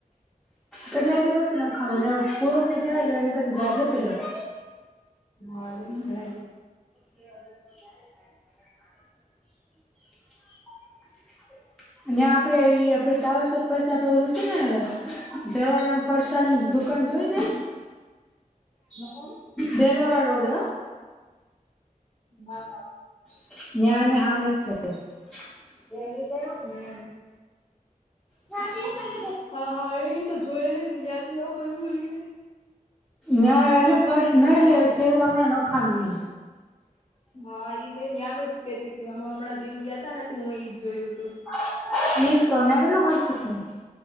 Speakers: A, in the centre; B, on the left.
A: કેટલા દિવસથી નાખાનું પૂરો થઈ ગયા એને કે જજે પેલા.
B: <unintelligible>
A: <inaudible> <inaudible> અને આપડે ઈ આપડ ટાવર શોક પાસે આપડે ઓલું છે ને જલારામ ફરસાણની દુકાન જોઈ દે
B: હા
A: દેલવાડ રોડ
B: હ
A: <unintelligible>
B: હમ
A: હ <unintelligible>
B: હા હા એ તો જોયેલી છે જ્યાંથી આવું બધું લઈએ
A: ના એટલે ફર્શ ન એટલે શેર હમણાં નખાણ એમ
B: હા મેં ના્યાનુ જ કેતી હતી હ હમણાં દીવ ગયાતા નથી હું એ જોયું તું
A: <unintelligible>